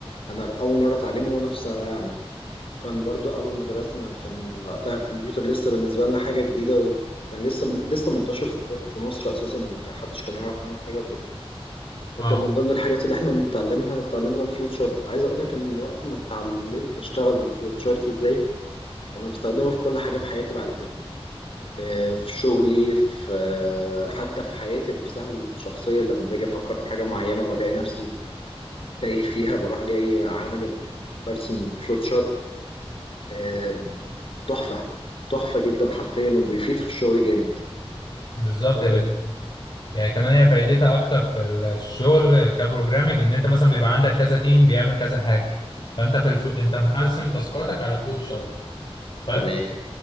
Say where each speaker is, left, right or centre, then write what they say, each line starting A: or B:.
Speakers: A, on the left; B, on the left.
A: انا اول مره اتعلمه وانا في ثانويه عامه كان برضو اول ما درسنا كان وقتها الكمبيوتر لسه بالنسبه لنا حاجه جديده وكان لسه لسه منتشر في ك- في مصر اساسا ما كان حدش كان يعرف عنه حاجه وكده فكان
B: آه.
A: من ضمن الحاجات اللي احنا بنتعلمها اتعلمنا الفلوت شارت عايز اقول لك ان من وقت ما اتعلمت اشتغل بالفلوت شارت ازاي وانا بستخدمه في كل حاجه في حياتي بعد كده آه، في شغلي في آه، حتى في حياتي نفسها الشخصيه لما باجي افكر في حاجه معينه والاقي نفسي تايه فيها بروح جاي عامل الف- برسم فلوت شارت آه، تحفة تحفة جدا حرفيا وبيفيد في الشغل جامد
B: بالظبط
A: ف-
B: يا بت يعني كمان هي فايدتها اكتر في الشغل كبروجرامنج ان انت مثلا بيبقى عندك كذا تيم بيعمل كذا حاجه فانت في الف... انت مقسم تاسكاتك على فلوت شارت فانت
A: تمام